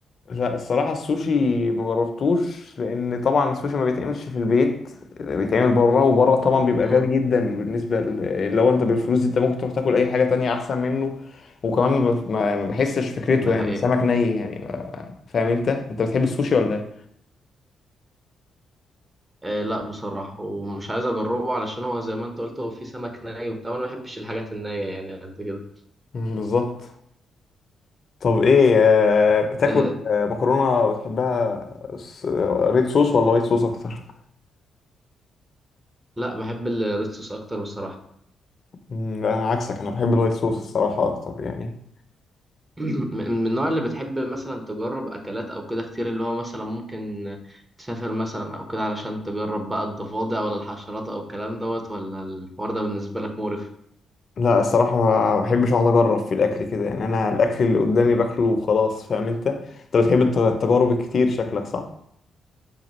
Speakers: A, on the left (about 55°); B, on the right (about 20°).
A: لا الصراحة السوشي مجربتوش لأن طبعا السوشي ما بيتعملش في البيت بيتعمل بره وبره طبعا بيبقى
B: امم
A: غالي جدا بالنسبة ل- لو أنت بالفلوس دي أنت ممكن تروح تاكل أي حاجة تانية أحسن منه وكمان ما ب- ما- ما بحسش فكرته
B: ده
A: يعني
B: حقيقة
A: سمك ني يعني ما- فاهم أنت أنت بتحب السوشي ولا إيه؟
B: آه لا بصراحة ومش عايز أجربه علشان هو زي ما أنت قلت هو فيه سمك ني وبتاع وأنا ما بحبش الحاجات النية يعني قد كده
A: مم، بالظبط طب ايه آه، بتاكل
B: آه
A: آه، مكرونه بتحبها س- آه، ريد صوص ولا وايت صوص اكتر
B: لا بحب الريد صوص أكتر بصراحة
A: مم، لا انا عكسك انا بحب الوايت صوص الصراحه اكتر يعني
B: <clears throat> م- من النوع اللي بتحب مثلا تجرب أكلات أو كده كتير اللي هو مثلا ممكن تسافر مثلا أو كده علشان تجرب بقى الضفادع ولا الحشرات أو الكلام دوت ولا الحوار ده بالنسبة لك مقرف
A: لا الصراحة ما بحبش اقعد اجرب في الاكل كده يعني انا الاكل اللي قدامي باكله وخلاص فاهم انت انت بتحب الت- التجارب الكتير شكلك صح